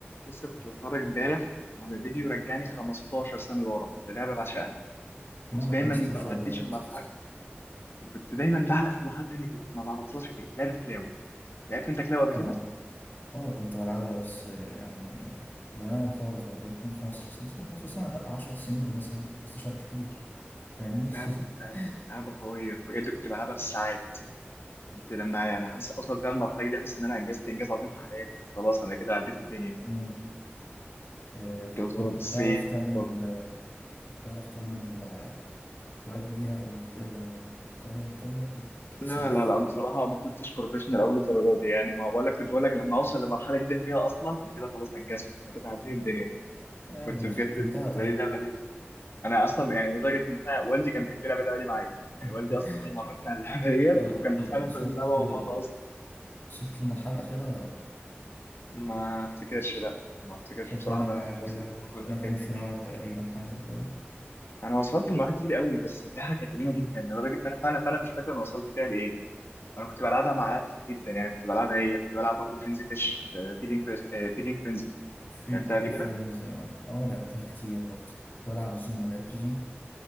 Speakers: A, on the left (about 65°); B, on the left (about 45°).
A: لسه كنت بتفرج امبارح على فيديو رجعني 15 سنة لورا للعبة بعشقها كنت
B: ما أنا
A: دايما
B: 15
A: ما بعديش
B: بالظبط
A: المرحلة كنت دايما بعلق في مرحلة تانية فيه ما بعرفهاش فيه لعبة كلاو لعبت انت كلاو قبل
B: اه
A: كده؟
B: اه كنت بلعبها بس يعني زمان خالص بقى ممكن 15 سنة بس من 15 سنة لأ 10 سنين مثلا 15 كتير فاهمني؟
A: لعبة
B: <laughs>
A: لعبة لعبة قوية بجد كنت بلعبها بالساعات كنت لما يعني حاسس اوصل فيها المرحلة دي حاسس ان انا انجزت انجاز عظيم في حياتي خلاص انا كده عديت الدنيا
B: مم. آه طب
A: كنت بضرب
B: كنت
A: بالصيف
B: بتعرف تعمل
A: طب.
B: آه، كنت بتعرف تعمل آه، أكواد ليها وت- وتهكرها وكده طب كيف
A: لا
B: سيوف
A: لا لا بصراحة
B: آه
A: ما كنتش بروفيشنال أول الدرجات دي يعني ما ولا كنت ولا لما أوصل لمرحلة جديدة فيها أصلا أنا كده خلاص أنجزت أنا كده عديت الدنيا
B: آه،
A: كنت
B: ده أنا
A: بجد
B: ختمتها
A: بالنسبه
B: طيب
A: لي اللعبه دي انا اصلا يعني لدرجه ان انا والدي كان بيحب يلعب اللعبه دي معايا
B: <laughs>
A: يعني والدي اصلا هو اللي مرفني على اللعبه <laughs> ديت
B: اه
A: وكان
B: طب
A: فعلا
B: وصلت
A: كنا بنلعبها
B: آه،
A: مع بعض اصلا
B: وصلت للمرحلة الأخيرة ولا لأ؟
A: ما افتكرش لا ما افتكرش
B: كده
A: بصراحه ان انا كنت وصلت
B: كده
A: للمرحله الاخيره
B: ما كان في نار تقريبا حاجة زي كده
A: انا وصلت لمرحله كتير قوي بس اللعبه كانت قديمه جدا لدرجه ان انا فعلا فعلا مش فاكر انا وصلت فيها لايه انا كنت بلعبها مع لعبة كتير جدا يعني كنت بلعبها هي كنت بلعب برضه فرينزي فيش فيدينج فيش فيدينج فرينزي
B: في
A: لعبتها قبل كده
B: فريندز اه آه، لعبتها كتير برضه بلعب زوم لعبت زوم